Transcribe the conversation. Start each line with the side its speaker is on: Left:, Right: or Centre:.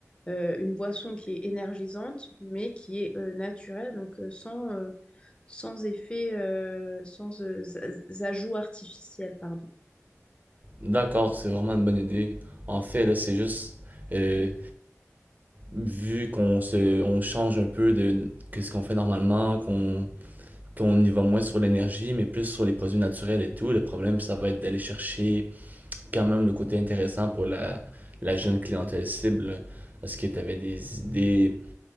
Left: euh, une boisson qui est énergisante, mais qui est euh, naturelle, donc euh, sans, euh, sans effet, euh, sans euh, z- z- ajout artificiel, pardon.
Right: D'accord, c'est vraiment une bonne idée. En fait, là, c'est juste, euh, vu qu'on se, on change un peu de, qu'est-ce qu'on fait normalement, qu'on qu'on y va moins sur l'énergie, mais plus sur les produits naturels et tout. Le problème, ça va être d'aller chercher quand même le côté intéressant pour la, la jeune clientèle cible. Est-ce que tu avais des idées